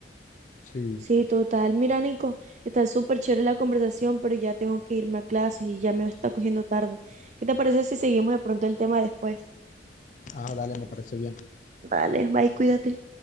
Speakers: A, on the left (about 45°); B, on the right (about 40°).
A: Sí.
B: Sí, total. Mira, Nico, está súper chévere la conversación, pero ya tengo que irme a clases y ya me está cogiendo tarde. ¿Qué te parece si seguimos de pronto el tema después?
A: Ah, dale, me parece bien.
B: Vale, bye, cuídate.